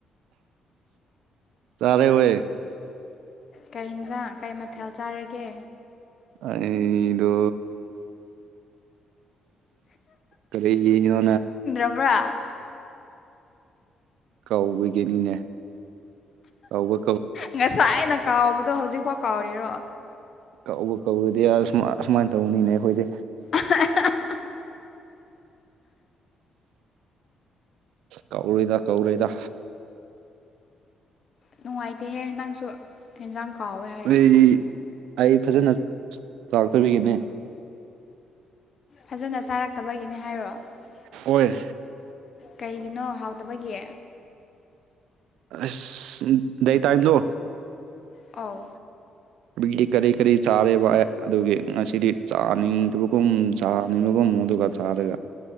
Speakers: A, on the right; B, on the left.
A: ꯇꯥꯔꯦ ꯑꯣꯏꯋꯦ
B: ꯀꯩ ꯍꯤꯟꯖꯥꯛ ꯀꯩ ꯃꯊꯦꯜ ꯆꯥꯔꯒꯦ
A: ꯑꯩꯗꯣ ꯀꯔꯤꯔꯤꯅ
B: ꯈꯕ꯭ꯔꯥ
A: ꯀꯥꯎꯕꯒꯤꯅꯤꯅꯦ ꯀꯥꯎꯕ
B: ꯉꯁꯥꯏ ꯑꯩꯅ ꯀꯥꯎꯕꯗꯣ ꯍꯧꯖꯤꯛꯐꯥꯎ ꯀꯥꯎꯔꯤꯔꯣ
A: ꯀ ꯀꯧꯔꯨꯗꯤ ꯑꯁꯨꯃꯥꯏꯅ ꯇꯧꯕꯅꯤꯅꯦ ꯑꯩꯈꯣꯏꯗꯤ
B: <inaudible>
A: ꯀꯧꯔꯣꯏꯗ ꯀꯧꯔꯣꯏꯗ
B: ꯅꯨꯡꯉꯥꯏꯇꯦꯍꯦ ꯅꯪꯁꯨ ꯏꯟꯖꯥꯡ ꯀꯥꯎꯋꯦ ꯍꯥꯏꯌꯦ
A: ꯑꯩ ꯑꯩ ꯐꯖꯅ ꯆꯥꯎꯔꯛꯇꯕꯤꯒꯤꯅꯦ
B: ꯐꯖꯅ ꯆꯥꯔꯛꯇꯕꯒꯤꯅꯦ ꯍꯥꯏꯔꯛꯑꯣ
A: ꯍꯣꯏ
B: ꯀꯩꯒꯤꯅꯣ ꯍꯥꯎꯗꯕꯒꯤ
A: ꯑꯁ ꯗꯏ ꯇꯥꯏꯝꯗꯣ
B: ꯑꯥꯎ
A: ꯒꯤ ꯀꯔꯤ ꯀꯔꯤ ꯆꯥꯔꯦꯕ ꯑꯗꯨꯒꯤ ꯉꯁꯤꯗꯤ ꯆꯥꯅꯤꯡꯗꯕꯒꯨꯝ ꯆꯥꯅꯤꯡꯕꯒꯨꯝ ꯑꯗꯨꯒ ꯆꯥꯔꯒ